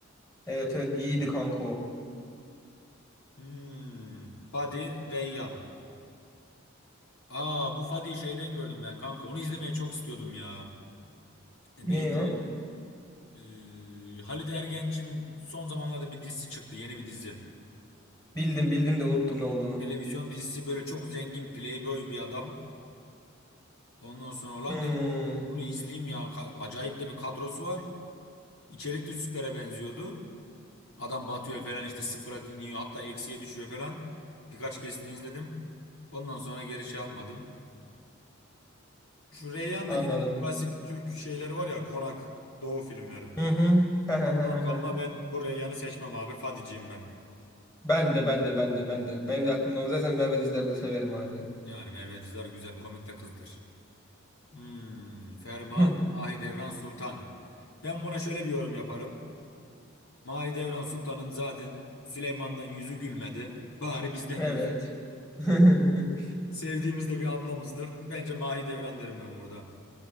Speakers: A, on the left (about 20°); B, on the left (about 85°).
A: evet evet iyiydi kanka o.
B: Hmm. Fadi Reyyan. Aa bu Fadi şeyden gördüm ben kanka. Onu izlemeyi çok istiyordum ya. E,
A: Ne
B: neydi?
A: ya?
B: Ee, Halide Ergenç'in son zamanlarda bir dizisi çıktı. Yeni bir dizi.
A: Bildim bildim de unuttum ne olduğunu.
B: Televizyon dizisi böyle çok zengin playboy bir adam. Ondan sonra olan
A: Hmm,
B: dedim bunu izleyeyim ya. Ka- Acayip de bir kadrosu var. İçerik de süpere benziyordu. Adam batıyor falan işte sıfıra iniyor hatta eksiye düşüyor falan. Birkaç kesitini izledim. Ondan sonra geri şey yapmadım. Şu Reyhan
A: anladım.
B: da yine klasik Türk şeyleri var ya Konak Doğu filmleri.
A: Hı hı.
B: Oradan kalma ben
A: <laughs>
B: bu Reyyan'ı seçmem abi. Fadiciyim ben.
A: Ben de ben de ben de ben de. Benim de aklımda o. zaten Merve Dizdar'ı da severim abi.
B: Yani Merve Dizdar güzel komik de kızdır. Hmm, Ferman
A: <laughs>
B: Mahidevran Sultan. Ben buna şöyle bir yorum yaparım. Mahidevran Sultan'ın zaten Süleyman'dan yüzü gülmedi. Bari bizden
A: Evet.
B: gülsün.
A: <laughs>
B: Sevdiğimiz de bir ablamızdır. Bence Mahidevran derim ben burada.